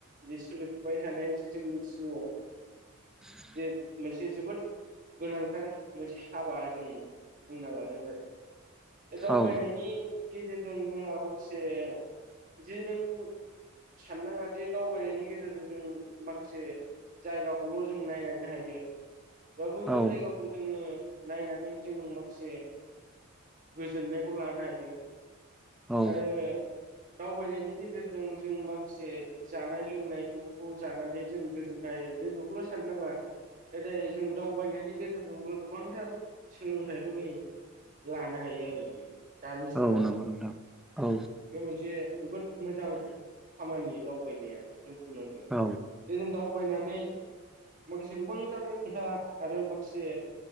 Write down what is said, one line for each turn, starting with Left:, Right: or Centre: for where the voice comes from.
Right: जे सोलिफुबाय थानाय जे जोंनि जिउआव।
Centre: <inaudible>
Right: जे मोनसे जोबोद गोनांथार मोनसे हाबा जों बुंना लानांगोन आरो। बे दा उफाय
Centre: औ
Right: नायनि गेजेरजों जोंहा माखासे जा नों साननाङादि दावबायनायनि गेजेरजों जों माखासे। जायगाखौल' जों नायनानै हायो बा बैफोर
Centre: औ
Right: जायगाखौ। जोङो नायनानै जों माखासे गोजोननायखौ लानो हायो।
Centre: औ
Right: आरो दावबायनायनि गेजेरजों जों माखासे जानाय लोंनाय बेफोरखौ जानानै जोंङो। जों नायो जों बेखौल' साननो नङा। जरै जों दावबायनायनि गेजेरजोंबो गोबांथार सोलोंथाइखौ जायो। लानो हायो आरोखि दानि जुगाव।
Centre: औ नंगौ नोंथां औ
Right: बे मोनसे जोबोद मोजां खामानि दावबायनाया जों बुंनांगोन।
Centre: औ।
Right: जदिनो दावबायनानै माखासे गोबांथार खोथा आरो माखासे।